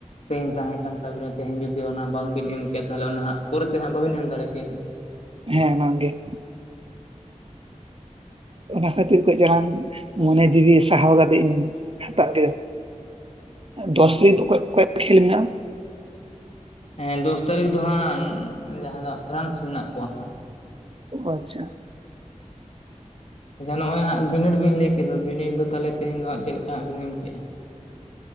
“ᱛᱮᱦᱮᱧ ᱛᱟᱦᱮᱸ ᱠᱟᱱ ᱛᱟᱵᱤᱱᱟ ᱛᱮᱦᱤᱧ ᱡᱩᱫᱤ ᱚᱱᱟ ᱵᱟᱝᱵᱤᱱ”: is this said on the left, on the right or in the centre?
Left